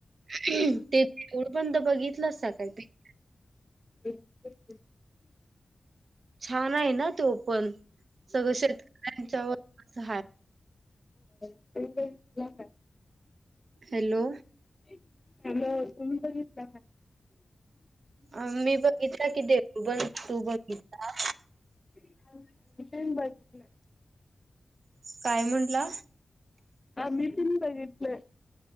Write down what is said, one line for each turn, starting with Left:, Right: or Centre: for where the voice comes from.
Right: ते देऊळ बंद बघितलंलासा काय ते.
Left: बि ब <unintelligible>
Right: छान आहे ना तो पण. सगळं शेतकऱ्यांच्या वरनच हाय.
Left: <unintelligible>
Right: हॅलो.
Left: <unintelligible>
Right: अ मी बघितला की देऊळ बंद. तू बघितला?
Left: मी पण बघितला.
Right: काय म्हंटला
Left: आम्ही पण बघितलं.